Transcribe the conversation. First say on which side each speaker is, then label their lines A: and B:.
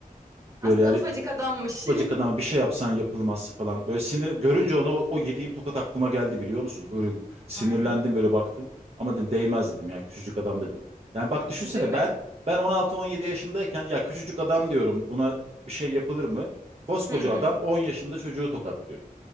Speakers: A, on the right; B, on the right.
A: Aslında
B: Böyle yani
A: ufacık adammış.
B: ufacık adama bir şey yapsan yapılmaz falan. Böyle sinir görünce ona o, o yediğim tokat aklıma geldi biliyor musun? Öyle sinirlendim
A: <laughs> Ay,
B: böyle baktım. Ama dedim değmez dedim ya küçücük adam dedim. Yani bak düşünsene
A: değil mi?
B: ben ben 16-17 yaşındayken ya küçücük adam diyorum buna bir şey yapılır mı? Koskoca
A: Hı hı.
B: adam 10 yaşında çocuğu tokatlıyor.